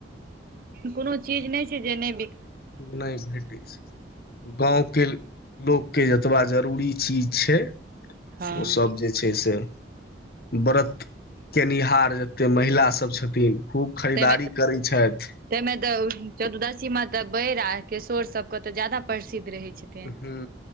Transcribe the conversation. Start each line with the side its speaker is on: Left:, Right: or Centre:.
Right: कोनो चीज नहि जे नय।
Left: नहि भेटै छै गाँवके। लोक के जतबा जरूरी चीज छै।
Right: हँ
Left: ओसभ जे छै से। व्रत केनिहार। एते महिला सब छथिन। खूब खरीदारी
Right: तमे
Left: करै छथि
Right: तमे तऽ चतुर्दशीमे तऽ। बढ़ आ के सोर सब के तऽ जदा परस। रह छथिन
Left: हूँ